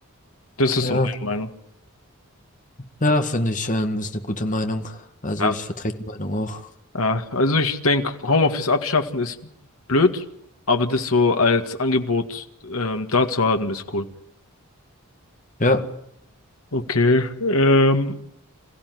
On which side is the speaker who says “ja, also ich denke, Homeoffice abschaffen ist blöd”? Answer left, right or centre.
Left